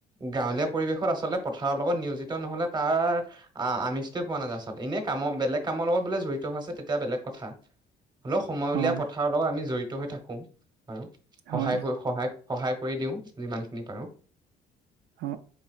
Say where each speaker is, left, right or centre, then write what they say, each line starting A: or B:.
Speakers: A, on the right (about 25°); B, on the right (about 75°).
A: গাঁৱলীয়া পৰিৱেশত আচলতে পথাৰৰ লগত নিয়োজিত নহলে তাৰ আহ আমিজটোৱে পোৱা নাযায় আচলতে এনে কামৰ বেলেগ কামৰ বোলে জড়িত হৈ আছে তেতিয়া বেলেগ কথা হলেও সময়
B: হয়,
A: উলিয়াই পথাৰ লগত আমি জড়িত হৈ থাকো বাৰু সহায়
B: হয়,
A: কৰি সহায় সহায় কৰি দিও যিমানখিনি পাৰো।
B: অ